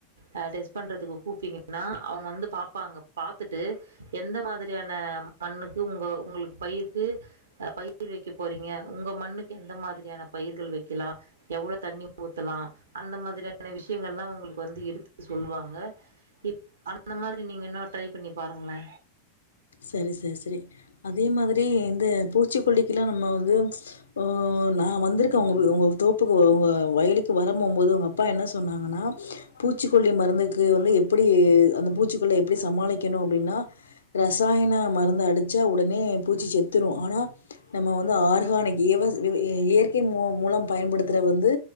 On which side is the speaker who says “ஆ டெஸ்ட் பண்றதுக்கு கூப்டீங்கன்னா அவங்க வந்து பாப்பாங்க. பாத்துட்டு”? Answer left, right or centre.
Right